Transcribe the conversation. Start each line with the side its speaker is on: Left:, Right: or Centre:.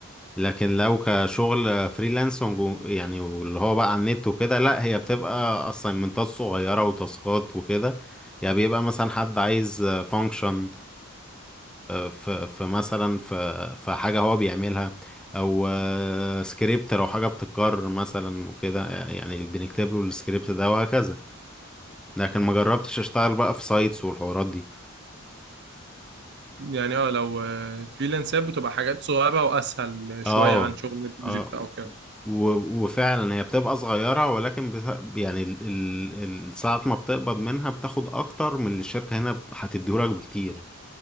Centre: لكن لو كشغل فريلانس ونجو- يعني واللي هو بقى على النت وكده لا هي بتبقى اساينمنتات صغيرة وتاسكات وكده يعني بيبقى مثلا حد عايز فانكشن في في مثلا في في حاجة هو بيعملها او سكريبت لو حاجة بتتكرر مثلا وكده يعني بنكتب له السكريبت ده وهكذا لكن ما جربتش اشتغل بقى في سايتس والحوارات دي
Right: يعني اه لو فريلانسات بتبقى حاجات صغيرة وأسهل
Centre: اه
Right: شوية عن شغل البروجكت
Centre: اه
Right: أو كده
Centre: و- وفعلا هي بتبقى صغيرة ولكن بت... يعني ال... ال... ال- ساعة ما بتقبض منها بتاخد أكتر من اللي الشركة هنا هتديهولك بكتير